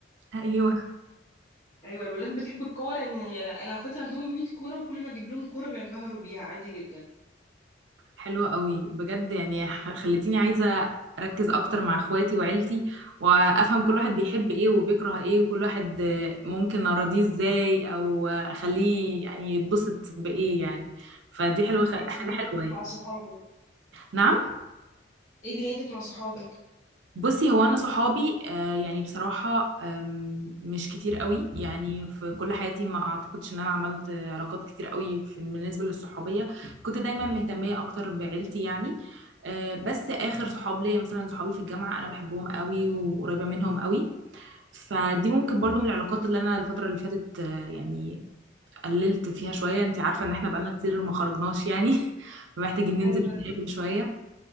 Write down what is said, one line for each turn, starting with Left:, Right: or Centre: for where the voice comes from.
Right: ايوه
Left: أيوة الولاد بتحب الكورة يعني أنا إخواتي عندهم 100 كورة وكل ما أجيب لهم كورة بينبهروا بيها عادي جدا
Right: حلوة قوي بجد يعني ح- خلتيني عايزة أركز أكتر مع إخواتي وعيلتي وأفهم كل واحد بيحب إيه وبيكره إيه وكل واحد آه، ممكن أراضيه إزاي أو آه، أخليه يعني يتبسط بإيه يعني فدي حلوة خ- حاجة
Left: انت ايه دنيتك
Right: حلوة يعني
Left: مع صحابك
Right: نعم
Left: ايه دنيتك مع صحابك
Right: بصي هو انا صحابي آه يعني بصراحه آم، مش كتير قوي يعني في كل حياتي ما اعتقدش ان انا عملت آه، علاقات كتير قوي في بالنسبه للصحوبيه كنت دايما مهتميه اكتر بعيلتي يعني آه بس اخر صحاب ليا مثلا صحابي في الجامعه انا بحبهم قوي وقريبه منهم قوي فدي ممكن برضو من العلاقات اللي انا الفتره اللي فاتت آه يعني قللت فيها شويه انت عارفه ان احنا بقالنا كتير ما خرجناش يعني <laughs> محتاجين ننزل
Left: ايوه
Right: نتقابل شويه